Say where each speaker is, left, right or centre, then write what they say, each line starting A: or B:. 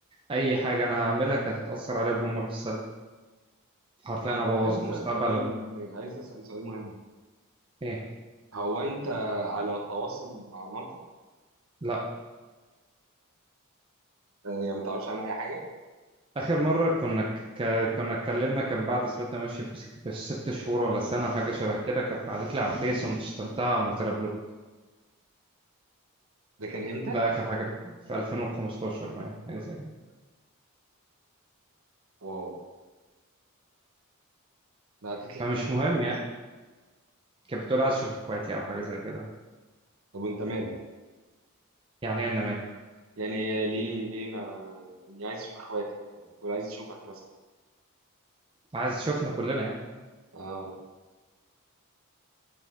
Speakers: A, on the right; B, on the right.
A: اي حاجة انا هعملها كانت هتأثر عليهم هم بالسلب حرفيا
B: انا كنت
A: هبوظ
B: عايز اسال
A: مستقبلهم
B: سؤال مهم عايز اسال سؤال مهم
A: ايه
B: هو انت على تواصل مع مامتك
A: لا
B: آه، يعني ما تعرفش عنها اي حاجه
A: آخر مرة كنا ك... كنا اتكلمنا كان بعد سبتنا ماشي بس- بست شهور ولا سنة حاجة شبه كده كانت بعتت لي على الفيس وما شتمتها وعملت لها بلوك
B: ده كان امتى
A: ده آخر حاجة في 2015 باين حاجة زي كده
B: واو ده قالت لك
A: فمش
B: ايه في
A: مهم
B: الفلوس
A: يعني كانت بتقول عايز أشوف إخواتي أو حاجة زي كده
B: طب انت مالك
A: يعني إيه أنا مالي
B: يعني ليه ليه ما يعني عايز اشوف اخواتك طب ما تقول عايز اشوفك مثلا
A: عايز شوفنا كلنا يعني
B: اه